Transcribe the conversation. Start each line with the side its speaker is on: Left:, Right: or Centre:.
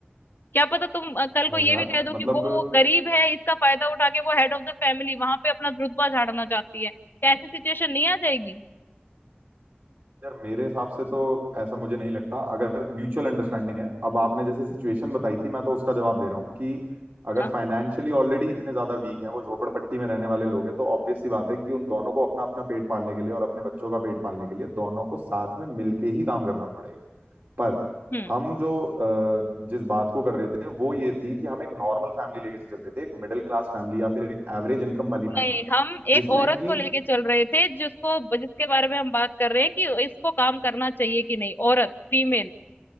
Left: क्या पता तुम अ, कल
Right: नहीं
Left: को ये
Right: यार
Left: भी कह दो
Right: मतलब
Left: कि वो गरीब है इसका फायदा उठा के वो हेड ऑफ द फैमिली वहां पे अपना रुतबा झाड़ना चाहती है क्या ऐसी सिचुएशन नहीं आ जाएगी
Right: यार मेरे हिसाब से तो ऐसा मुझे नहीं लगता अगर म्यूचुअल अंडरस्टैंडिंग है अब आपने जैसे सिचुएशन बताई थी मैं तो उसका जवाब दे रहा हूँ कि अगर
Left: हाँ
Right: फाइनेंशियली ऑलरेडी इतने ज्यादा वीक हैं वो झोपड़पट्टी में रहने वाले लोग हैं तो ऑब्वियस सी बात है कि उन दोनों को अपना अपना पेट पालने के लिए और अपने बच्चों का पेट पालने के लिए दोनों को साथ में मिलके ही काम करना पड़ेगा पर
Left: हम्म
Right: हम जो अ, जिस बात को कर रहे थे वो ये थी कि हम एक नॉर्मल फैमिली लेके चल रहे थे एक मिडिल क्लास फैमिली या फिर एक एवरेज इनकम वाली फैमिली
Left: नहीं हम
Right: जिसमें
Left: एक औरत
Right: कि
Left: को लेके चल रहे थे जिसको जिसके बारे में हम बात कर रहे हैं कि इसको काम करना चाहिए कि नहीं औरत फीमेल